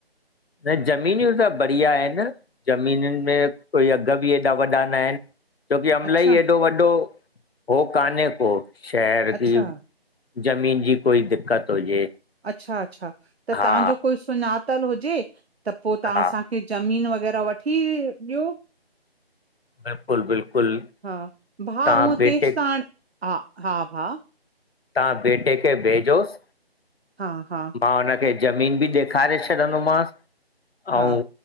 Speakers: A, on the left; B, on the right.
A: न ज़मीनूं त बढ़िया आहिनि ज़मीननि में कोई अघ बि एॾा वॾा न आहिनि छाकाणु त अमलाई
B: अच्छा
A: ऐॾो वॾो न आहे। शहर
B: अच्छा
A: <inaudible> ज़मीन जी कोई दिक़त हुजे
B: अच्छा अच्छा त
A: हा
B: तव्हांजो कोई सुञातलु हुजे त पोइ तव्हां
A: हा
B: असांखे ज़मीन वग़ैरह वठी ॾियो
A: बिल्कुलु बिल्कुलु
B: हा भाउ
A: तव्हां बेटे
B: केश त हाणे हा हा भाउ
A: तवां बेटे खे भेजोसि
B: हा हा
A: मां हुनखे ज़मीन बि ॾेखारे छॾंदोमांसि
B: हा
A: ऐं